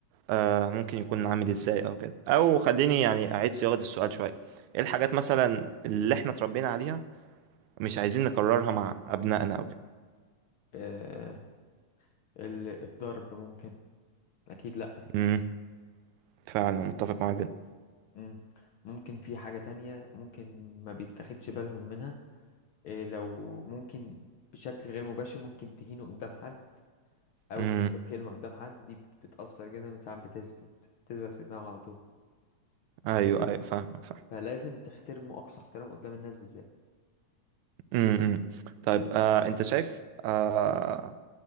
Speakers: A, on the right (about 85°); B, on the left (about 65°).
A: آه ممكن يكون عامل ازاي او كده او خليني يعني اعيد صياغه السؤال شويه ايه الحاجات مثلا اللي احنا اتربينا عليها مش عايزين نكررها مع أبنائنا أو كده
B: اه ال- الضرب ممكن اكيد لا
A: امم فعلا متفق معاك جدا
B: مم. ممكن في حاجة تانية ممكن ما بيتاخدش بالهم منها إيه لو ممكن بشكل غير مباشر ممكن تهينه قدام حد أو
A: امم
B: تقول له كلمة قدام حد دي بت- بتأثر جدا من ساعات بتثبت بتثبت في دماغه على طول
A: أيوه أيوه فاهمك فاهم
B: فلازم تحترمه أقصى احترام قدام الناس بالذات
A: امم طيب آه أنت شايف آه